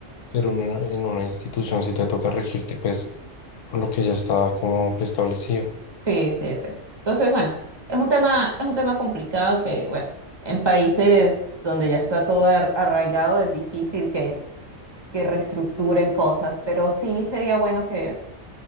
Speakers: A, on the left (about 80°); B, on the right (about 25°).
A: pero en una, en una institución sí te toca regirte, pues, por lo que ya está como preestablecido.
B: sí, sí, exacto. Entonces, bueno, es un tema, es un tema complicado que, bueno, en países donde ya está todo ar- arraigado es difícil que, que reestructuren cosas, pero sí sería bueno que,